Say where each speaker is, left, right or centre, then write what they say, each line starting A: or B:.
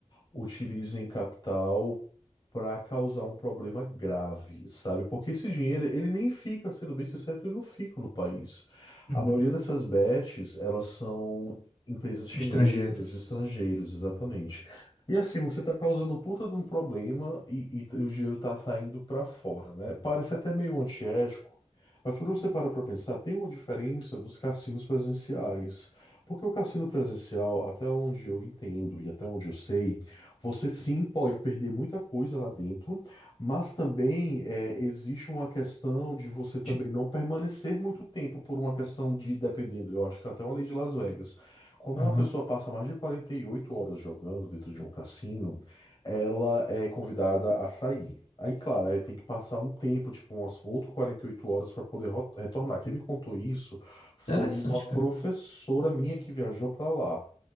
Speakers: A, on the left (about 40°); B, on the left (about 80°).
A: utilizem capital para causar um problema grave, sabe? Porque esse dinheiro, ele nem fica, sendo bem sincero, ele não fica no país.
B: uhum.
A: A maioria dessas bets, elas são empresas chinesas,
B: Estrangeiras.
A: estrangeiras, exatamente. E assim, você está causando um puta de um problema e, e t- e o dinheiro está saindo para fora, né? Parece até meio antiético, mas quando você para para pensar, tem uma diferença dos cassinos presenciais. Porque o cassino presencial, até onde eu entendo e até onde eu sei, você sim pode perder muita coisa lá dentro, mas também é, existe uma questão de você também
B: De...
A: não permanecer muito tempo por uma questão de, dependendo, eu acho que até uma lei de Las Vegas. Quando
B: Aham.
A: uma pessoa passa mais de 48 horas jogando dentro de um cassino, ela é convidada a sair. Aí, claro, aí tem que passar um tempo, tipo umas outras 48 horas para poder ro- retornar. Quem me contou isso foi
B: Interessante,
A: uma professora
B: cara.
A: minha que viajou para lá